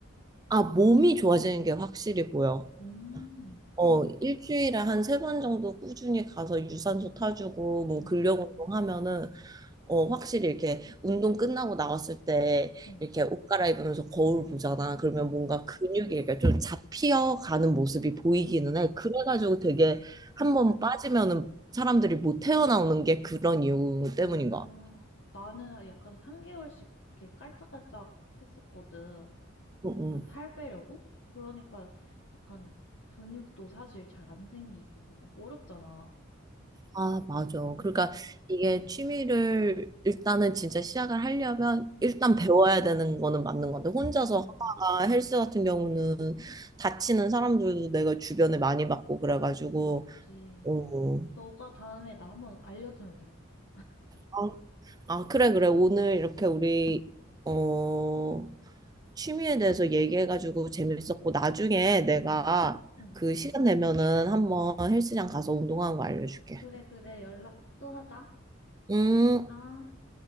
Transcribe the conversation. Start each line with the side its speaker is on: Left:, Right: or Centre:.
Right: 아, 몸이 좋아지는 게 확실히 보여.
Left: 음.
Right: 어, 일주일에 한 세 번 정도 꾸준히 가서 유산소 타주고 뭐
Left: 응,
Right: 근력 운동하면은 어, 확실히 이렇게 운동 끝나고 나왔을 때
Left: 응.
Right: 이렇게 옷 갈아입으면서 거울 보잖아. 그러면
Left: 어,
Right: 뭔가 근육이 이렇게 좀 잡히어가는 모습이 보이기는 해. 그래가지고 되게 한
Left: 응.
Right: 번 빠지면은 사람들이 못 태어나오는 게 그런 이유
Left: 아,
Right: 때문인 것 같아.
Left: 나는 약간 3개월씩 이렇게 깔짝깔짝 했었거든. 그
Right: 응,
Left: 약간
Right: 응.
Left: 살 빼려고? 그러니까 약간 근육도 사실 잘 안 생기고 어렵잖아.
Right: 아, 맞아.
Left: 음,
Right: 그러니까 이게 취미를 일단은 진짜 시작을 하려면
Left: 응,
Right: 일단 배워야 되는 거는 맞는 건데 혼자서
Left: 음,
Right: 하다가 헬스 같은 경우는 다치는 사람들도 내가 주변에 많이 봤고 그래가지고
Left: 맞지.
Right: 어,
Left: 너가 다음에 나 한번 알려주면 되겠다.
Right: 아, 아, 그래, 그래. 오늘 이렇게
Left: 어,
Right: 우리, 어, 취미에 대해서 얘기해가지고 재밌었고, 나중에 내가
Left: 응, 응.
Right: 그 시간 되면은 한번 헬스장 가서 운동하는 거 알려줄게.
Left: 그래, 그래. 연락 또 하자.
Right: 음.
Left: 아.